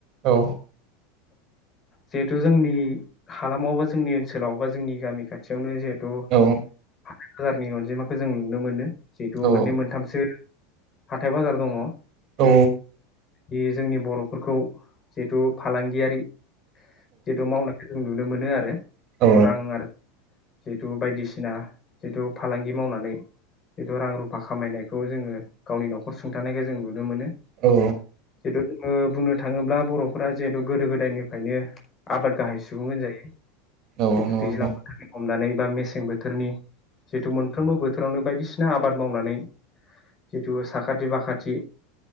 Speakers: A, on the right (about 45°); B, on the left (about 30°).
A: औ
B: जिहेतु जोंनि हालामाव बा जोंनि ओनसोलाव बा जोंनि गामि खाथियावनो जिहेत तु
A: औ
B: हाजारनि अनजिमाखौ जों नुनो मोनो जितु
A: औ
B: मोननै मोनथामसो हाथाय बाजार दङ'
A: औ
B: बेयो जोंनि बर'फोरखौ जिथु फालांगियारि जिथु मावनायखो जों नु नो मोनो आरो
A: औ
B: जिथु रां आर जितु बायदिसिना जितु फालांगि मावनानै जिथु रां रुफा खामायनायखौ जोङो गावनि नखर सुंथानायखो जों नुनो मोनो
A: औ
B: जितु ओ बुंनो थाङोब्ला बर'फोरा जिहेतु गोदो गोदायनिफायनो आबाद गाहाय सुबुं होनजायो
A: नंगौ
B: जितु
A: नंगौ
B: दैज्लां
A: औ
B: बोथोरनि हमनानै मेसें बोथोरनि जिथु मोनफ्रोमबो बो फोरावनो बायदिसना आबाद मावनानै जिथु सा खाथि बाखाथि